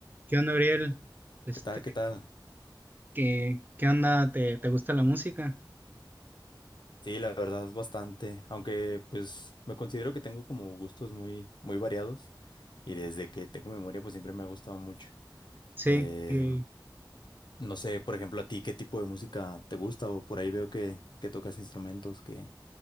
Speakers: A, on the right; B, on the left.
A: ¿Qué onda, Ariel? Este,
B: ¿Qué tal? ¿Qué tal?
A: ¿qué, qué onda? ¿Te, te gusta la música?
B: Sí, la verdad, bastante. Aunque, pues, me considero que tengo como gustos muy, muy variados. Y desde que tengo memoria, pues siempre me ha gustado mucho.
A: Sí,
B: Eh,
A: que-
B: no sé, por ejemplo, a ti, ¿qué tipo de música te gusta? O por ahí veo que, que tocas instrumentos. ¿Qué,